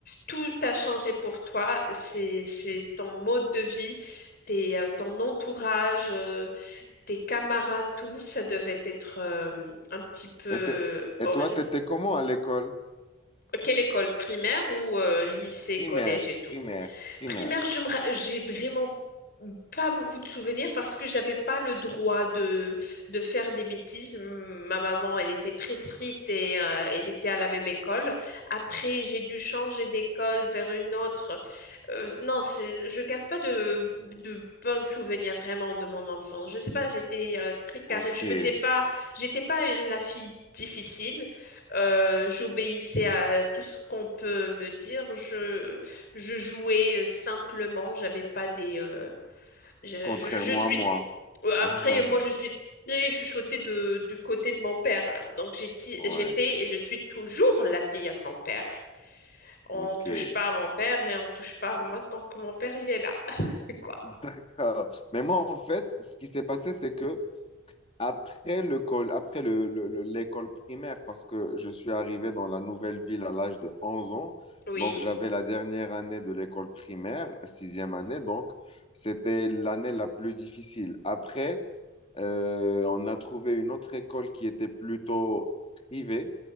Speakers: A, on the left; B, on the left.
A: tout a changé pour toi. C'est, c'est ton mode de vie, tes, euh, ton entourage, euh, tes camarades, tout. Ça devait être euh, un petit peu
B: Et, t'es- et
A: horrible.
B: toi, t'étais comment à l'école?
A: Quelle école primaire ou euh, lycée,
B: Primaire,
A: collège et tout?
B: primaire, primaire.
A: Primaire, je me ra- j'ai vraiment pas beaucoup de souvenirs parce que j'avais pas le droit de, de faire des bêtises. Ma maman, elle était très stricte et euh, elle était à la même école. Après, j'ai dû changer d'école vers une autre. Euh, non, c'est, je garde pas de, de bons souvenirs vraiment de mon enfance. Je sais pas, j'étais euh, très carrée.
B: OK.
A: Je faisais pas, j'étais pas la fille difficile. Euh, j'obéissais à tout ce qu'on peut me dire. Je je jouais euh, simplement, j'avais pas des. euh, je,
B: Contrairement
A: je- je suis.
B: à moi.
A: Après,
B: <laughs>
A: moi, je suis très chuchotée de, du côté de mon père. Donc, j'étais,
B: Ouais,
A: j'étais et je suis toujours la fille à son père. On
B: OK.
A: touche pas à mon père et on touche pas à moi tant que mon père, il est là. <laughs> Quoi.
B: D'accord. Mais moi, en fait, ce qui s'est passé, c'est que après le col- après le, le- le- l'école primaire, parce que je suis arrivé dans la nouvelle ville à l'âge de 11 ans,
A: Oui.
B: donc j'avais la dernière année de l'école primaire, sixième année, donc c'était l'année la plus difficile. Après, Euh, on a trouvé une autre école qui était plutôt privée